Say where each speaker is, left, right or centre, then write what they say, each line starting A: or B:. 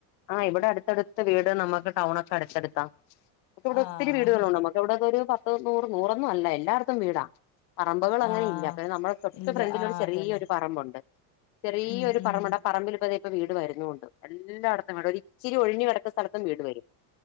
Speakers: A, on the left; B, on the left.
A: ആഹ് ഇവിടെ അടുത്തടുത്ത് വീട് നമ്മുക്ക് ടൗൺ ഒക്കെ അടുത്തടുത്താ ന ഇവിടെ
B: ആഹ്
A: ഒത്തിരി വീടുകളുണ്ട്മ്മ ഇവിടതൊ ഒരു പത്ത് നൂറ് നൂറൊന്നും അല്ല എല്ലാർത്തും വീടാ പറമ്പുകൾ അങ്ങെ
B: ആഹ്
A: ഇല്ല പിന്നെ നമ്മളെ തൊട്ട്
B: ഇല്ല
A: ഫ്രണ്ടിലൊരു
B: ആഹ്
A: ചെറിയൊരു
B: അതന്നെ
A: പറമ്പുണ്ട് ചെറിയൊരു
B: ഉം ഉം
A: പറമ്പുണ്ട് പറമ്പിൽ ഇപ്പതായ് ഇപ്പ വീട് വരുന്നുണ്ട് എല്ലായിടത്തും വീട് ഒരു ഇച്ചിരി ഒഴിഞ്ഞുിടത്ത സ്ഥലത്തും വീട് വരും